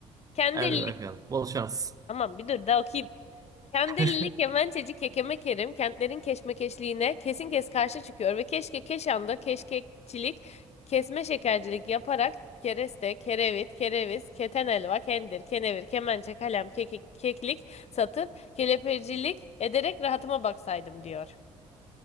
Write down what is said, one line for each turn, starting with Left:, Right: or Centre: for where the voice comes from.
Left: Kendi
Right: Hadi
Left: elini.
Right: bakalım. Bol şans.
Left: Tamam bir dur daha okuyayım. Kendirlili
Right: <laughs>
Left: kemençeci Kekeme Kerim kentlerin keşmekeşliğine kesin kes karşı çıkıyor ve keşke Keşan'da keşkekçilik, kesme şekercilik yaparak kereste, kerevit, kereviz, keten elva, kendir, kenevir, kemençe, kalem, kekik, keklik satıp kelepircilik ederek rahatıma baksaydım diyor.